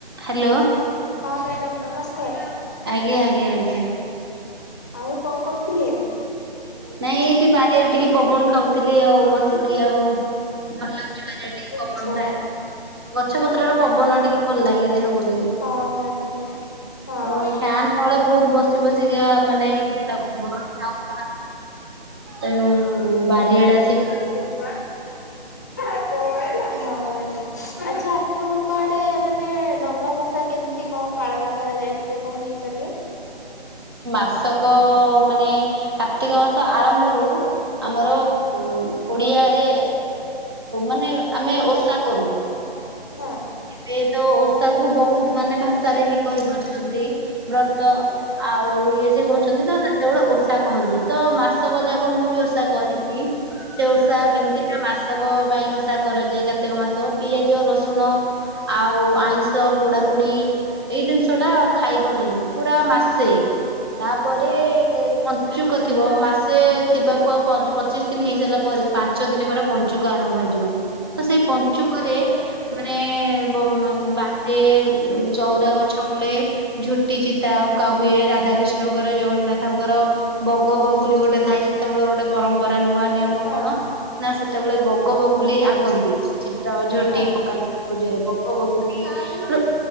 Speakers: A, on the right; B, on the left.
A: ହ୍ୟାଲୋ
B: ହଁ ମ୍ୟାଡ଼ମ୍ ନମସ୍କାର।
A: ଆଜ୍ଞା ଆଜ୍ଞା ଆଜ୍ଞା।
B: ଆଉ କଣ କରୁଥିଲେ?
A: ନାଇଁ ଏଇଠି ବାରିଆରେ ଟିକେ ପବନ ଖାଉଥିଲି। ଆଉ ବସ ସିକି ଆଉ ଭଲ ଲାଗୁଛି। ବାରିଆଡେ ଟିକେ
B: ଆଚ୍ଛା
A: ପବନ ଖାଇଲେ। ଗଛ ପତ୍ରର ପବନ
B: ଆ
A: ଟିକେ ଭଲ ଲାଗେ। ବହୁଟିକେ
B: ହଁ ମ୍ୟାଡ଼ାମ ହଁ।
A: ଓ ଫ୍ୟାନ ତଳେ ବହୁତ ବସି ବସି ଟିକା ମାନେ ଇଏ ଲାଗୁଥିବ। ଯଉ ତେଣୁ ବାରିଆଡେ ଆସେ
B: ହଁ ମ୍ୟାଡ଼ମ୍। ଆଚ୍ଛା, ଆପଣଙ୍କ ଆଡେ ମାନେ ଡଙ୍ଗା ଭସା କେମିତି କଣ ପାଳନ କରାଯାଏ, ଟିକେ କହି ପାରିବେ?
A: କୃଷକ ମାନେ କାର୍ତ୍ତିକ ମାସ ଆରମ୍ଭରୁ ଆମର
B: ହଁ
A: ଓଡିଆରେ ମାନେ ଆମେ ଓଷା କରୁ।
B: ହଁ
A: ଏବେ ତ ଓଷା କୁ ବହୁତ ତ ମାନେ ଭାଷାରେ ହିଁ କହିପାରୁଛନ୍ତି ବ୍ରତ ଆଉ ଇଏ ସେ କରୁଛନ୍ତି ତ ସେ ସେତେବେଳେ ଓଷା କହନ୍ତି। ତ ମାସ ମାସକ ଯାକ ମୁଁ ବି ଓଷା କରିଛି। ସେ ଓଷା
B: ହଁ
A: କେମିତି ନା ମାସକ ପାଇଁ ଓଷା କରାଯାଏ। କାର୍ତିକ ମାସ ପିଆଜ ରସୁଣ ଆଉ ଆଇଁଷ ପୋଡା ପୋଡି ଏଇ ଦିନିଷ ଟା ଖାଇବ ନାହିଁ। ପୁରା ମାସେ, ତାପରେ
B: ଆଚ୍ଛା
A: ପଞ୍ଚୁକ ଥିବ। ମାସେ ଥିବାକୁ ଆଉ ପ-ପଚିଶ ଦିନ ହେଇସାଇଲା ପରେ, ପାଞ୍ଚ ଦିନ ପରେ ପଞ୍ଚୁକ ଆରମ୍ଭ ହେଇ ଜିଅ। ତ ସେହି ପଞ୍ଚୁକରେ ମାନେ ଯିବ ତ ସେଇ ଯିବ ସୁନ୍ଦର ଚପଞ୍ଚୁକରେ ଏଁ ବାଡେ ଚଉରା ଗଛ ମୂଳେ ଝୋଟି। ଚିତା ଅଙ୍କା ହୁଏ ରାଧାକିଷ୍ଣଙ୍କର, ଜଗନ୍ନାଥଙ୍କର, ବଗ, ବଗୁଲି ଗୋଟେ ଥାଏ ସେତେବେଳେ ପରମ୍ପରା। ନୂଆ ନିୟମ
B: ହଁ
A: କଣ?
B: ହଁ
A: ନା ସେତେବେଳେ ବଗ ବଗୁଲି ଆଙ୍କନ୍ତି। ଚିତ୍ର ଝୋଟି
B: ହଁ
A: ପକାନ୍ତି। ପୂଜାରେ ବଗ ବଗୁଲି ଲୋ୍